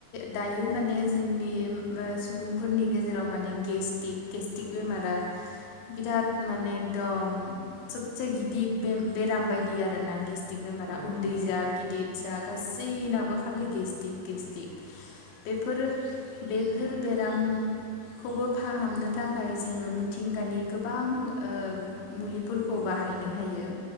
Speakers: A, on the left (about 75°); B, on the right (about 85°).
A: दायो माने जोंनि सुबुंफोरनि गेजेराव माने गेस्टिक गेस्ट्रिक बेमारा बिराद माने एकदम सबसे गिदिर बेराम बायदि आरोना गेस्ट बेमारा
B: नंगौ
A: उन्दै
B: नंगौ
A: जा गिदिर
B: नंगौ
A: जा गासै गासैनाबो खालि गेस गेस्टिक बेफोरो बेफोर बेरामखौबो फाहामनो थाखाय जोङो मिथिंगानि गोबां ओ मुलिफोरखौ बाहायनो हायो